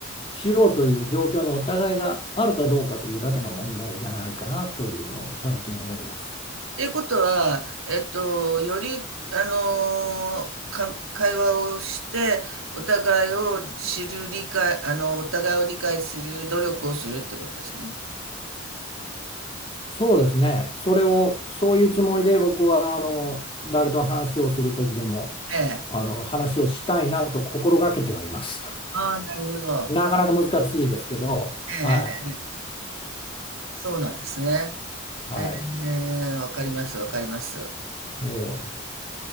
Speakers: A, on the left; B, on the right.
A: うしようという状況にお互いがあるかどうかというだけの問題じゃないかなというのを最近思います。
B: っていうことは、えっと、より、あのーか、会話をして、お互いを知る理解、あの、お互いを理解する努力をするっていうことですね。
A: そうですね。それを、そういうつもりで僕は、あの、誰と話をする時でも、
B: ええ。
A: あの、話をしたいなと心がけてはいます。
B: ああ、なるほど。
A: <laughs> なかなか難しいですけど、
B: ええ、
A: は
B: ええ、ええそうなんですね。
A: い。
B: ええ、
A: はい。
B: わかります、わかります。
A: ええ